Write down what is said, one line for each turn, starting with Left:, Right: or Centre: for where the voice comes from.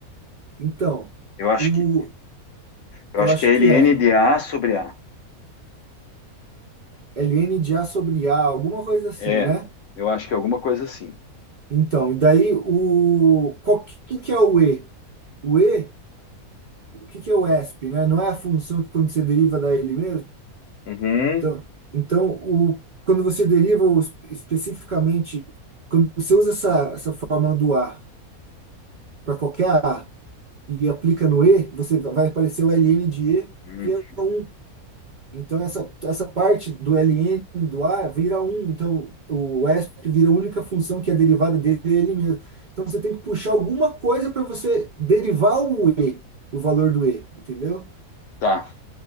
Right: Então,
Left: Eu acho
Right: o,
Left: que eu
Right: eu
Left: acho
Right: acho
Left: que é
Right: que
Left: ln
Right: é
Left: de A sobre A.
Right: ln de A sobre A, alguma coisa assim,
Left: É,
Right: né?
Left: eu acho que é alguma coisa assim.
Right: Então, e daí o qual que, que que é o E? O E, o que que é o ESP, né? Não é a função que quando você deriva dá ele mesmo?
Left: Uhum.
Right: Então, então o, quando você deriva o es- especificamente, quando você usa essa, essa fórmula do A para qualquer A e aplica no E, você vai aparecer o ln de E,
Left: Uhum.
Right: que é um Então, essa, essa parte do ln do A vira um Então, o ESP vira a única função que é derivada dele é ele mesmo. Então, você tem que puxar alguma coisa para você derivar o E, o valor do E, entendeu?
Left: Tá.